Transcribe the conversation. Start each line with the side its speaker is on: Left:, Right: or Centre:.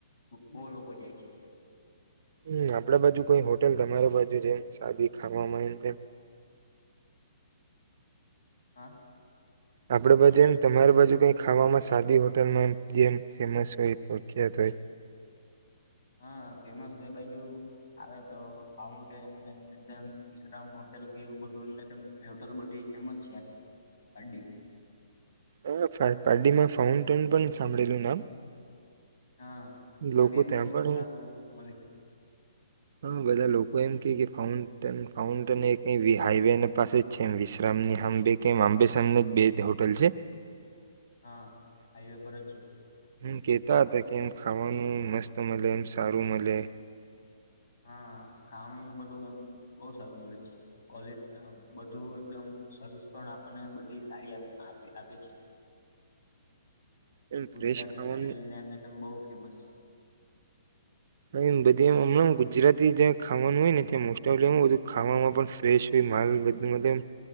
Left: બો લોકો જાય છે ત્યાં.
Right: હમ આપડા બાજુ કોઈ હોટેલ તમારી બાજુ જેમ સાદી ખાવામાં એમ તેમ
Left: હા.
Right: આપણી બાજુ એમ તમારી બાજુ કઈ ખાવામાં સાદી હોટલમાં એમ જેમ ફેમસ હોય પ્રખ્યાત હોય
Left: હા ફેમસ તો એ બાજુ આવે તો ફાઉન્ટેન એમ ને તેમ વિશ્રામ હોટલ કેવું બધું એ હોટલ બધી ફેમસ છે પાડી
Right: હ ફા પારડીમાં ફાઉન્ટેન પણ સાંભળેલું નામ
Left: હા ત્યાં
Right: લોકો
Left: ભી બો
Right: પણ
Left: સારું મલે
Right: હા બધા લોકો એમ કે કે ફાઉન્ટન ફાઉન્ટન એક હાઈવે પાસે જ છે વિશ્રામની હાંભે કે આંબે કે આંબે સામને બે જ હોટલ છે.
Left: હા હાઈવે પર જ છે.
Right: હમ્મ કેતા હતા કેમ ખાવાનું મસ્ત મલે એમ સારું મલે
Left: હા ખાવાનું બધું એમ બો સારું મલે છે કોલે બધું એકદમ સર્વિસ પણ આપણને બધી સારી આપે આપે છે.
Right: એમ
Left: ગુજરાતી
Right: ફ્રેશ ખાવાનું
Left: થાળીને એમ તેમ બહુ ફેમસ છે
Right: <unintelligible> બધીમ હમણાં ગુજરાતી જ્યાં ખાવાનું હોય ને ત્યાં મોસ્ટફલી હું બધું ખાવામાં પણ ફ્રેશ હોય માલ બ મતલ